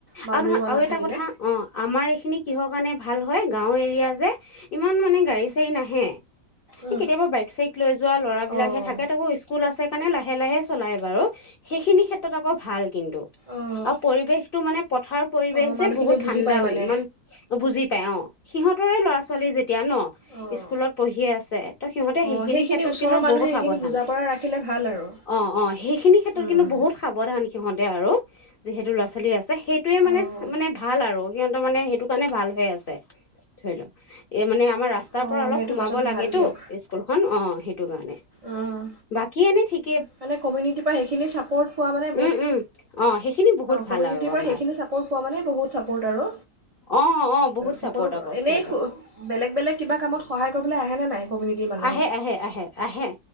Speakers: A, on the right (about 60°); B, on the left (about 55°).
A: বাউণ্ডেৰী
B: আৰু নহয়
A: ৱাল
B: আৰু
A: নাথাকিলে
B: এটা কথা অ আমাৰ এইখিনি কিহৰ কাৰণে ভাল হয় গাঁও এৰিয়া যে ইমান মানে গাড়ী চাৰী নাহে।
A: উম,
B: কেতিয়াবা বাইক চাইক লৈ যোৱা ল'ৰাবলাক
A: অঁ
B: হে থাকে তাকো স্কুল আছে কাৰণে লাহে লাহে লাহে চলাই বাৰু সেইখিনি ক্ষেত্ৰত <unintelligible> আকৌ ভাল কিন্তু
A: অঁ
B: আৰু পৰিৱেশতটো মানে পথাৰৰ পৰিৱেশ
A: অঁ
B: যে
A: মানুহখিনিয়ে
B: বহুত
A: বুজি
B: ঠাণ্ডা
A: পায় মানে
B: ইমান বুজি পায় অ' সিহঁতৰে ল'ৰা ছোৱালী যেতিয়া এতিয়া ন
A: অঁ
B: স্কুলত পঢ়িয় আছে ত সিহঁতে
A: অঁ
B: সেইখিনি ক্ষেত্ৰত
A: ওচৰৰ
B: কিন্তু
A: মানুহে
B: বহুত
A: সেইখিনি
B: সাৱধান
A: বুজা পৰা ৰাখিলে ভাল আৰু
B: অ অ সেইখিনি ক্ষেত্ৰত
A: উম,
B: কিন্তু বহুত সাৱধান সিহঁতে আৰু যিহেতু ল'ৰা ছোৱালী আছে। সেইটোয়ে মানে-
A: অঁ
B: মানে ভাল আৰু। মানে সেইটো কাৰণে ভাল হৈ আছে ধৰি লও এই মানে আমাৰ ৰাস্তাৰ
A: অঁ
B: পৰা অলপ
A: সেইটো
B: সোমাব
A: কথাটো
B: লাগে
A: ভাল দিয়ক
B: টো স্কুলখনন অ' সেইটো কাৰণে
A: অঁ
B: বাকী এনে ঠিক
A: মানে কমিউনিটিৰ পৰা সেইখিনি ছাপৰ্ট পোৱা বহুত
B: উম উম অ সেইখিনি বহুত ভাল
A: কমিউনিটিৰ
B: আৰু
A: পৰা
B: আমাৰ
A: সেইখিনি চাপৰ্ট পোৱা মানে বহুত চাপৰ্ট আৰু।
B: অ', অ', বহুত
A: সকলো
B: চাপৰ্ট আকৌ
A: এনেেলেগেলে
B: সিহঁতৰ
A: কা কত স <unintelligible> আহে নে নাই কমিউনিটিৰ মানুহে
B: আহে- আহে -আহে -আহে